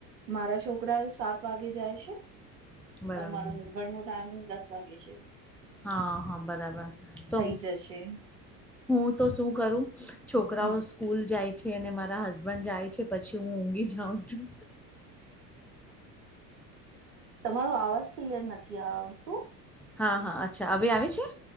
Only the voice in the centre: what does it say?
બરાબર
હા હા બરાબર, તો
હું તો શું કરું છોકરાઓ
સ્કૂલ જાય છ એ ને મારા હસબન્ડ જાય છે પછી હું ઊંઘી જાઉં છું.
હા હા અચ્છા, હવે આવે છે?